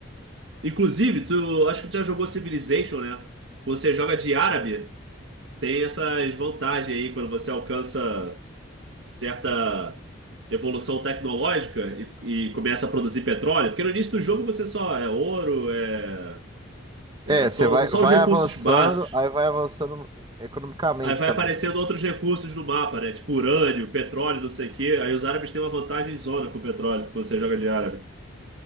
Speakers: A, on the right; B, on the right.
A: Inclusive, tu acho que tu já jogou Civilization, né? Quando você joga de árabe, tem essas vantagens aí quando você alcança certa evolução tecnológica e, e começa a produzir petróleo, porque no início do jogo você só é ouro, é, é
B: É,
A: só,
B: você vai,
A: são só
B: vai
A: os recursos
B: avançando,
A: básicos.
B: aí vai avançando economicamente
A: Aí vai
B: também.
A: aparecendo outros recursos no mapa, né? Tipo urânio, petróleo, não sei o quê. Aí os árabes têm uma vantagem zona com o petróleo, quando você joga de árabe,